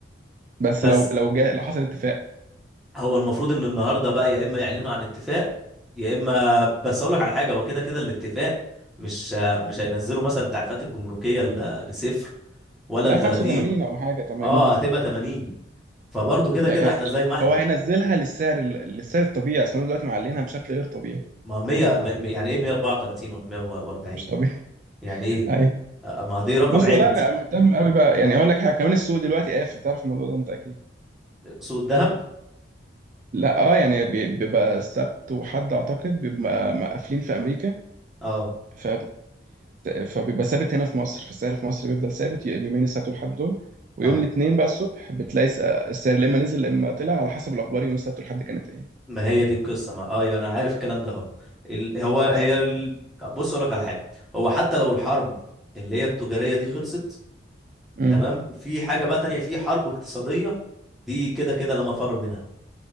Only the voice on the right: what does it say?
بس
لو لو جاء لو حصل اتفاق
لا
85
او حاجه 80
هي-
هي-
هو هينزلها للسعر ال- للسعر الطبيعي اصل هم دلوقتي معلينها بشكل غير طبيعي
مش طبيعي
<laughs>
ايوه
بص
والله انا مهتم قوي بقى يعني اقول لك حاجه كمان السوق دلوقتي قافل تعرف الموضوع ده انت اكيد
لا اه يعني بي- بيبقى سبت وحد اعتقد بيبقى مقفلين في امريكا
ف فبيبقى ثابت هنا في مصر فالسعر في مصر بيفضل ثابت اليومين السبت والحد دول ويوم
الاثنين بقى الصبح بتلاقي الس- السعر لما نزل لما طلع على حسب الاخبار يوم السبت والحد كانت ايه
امم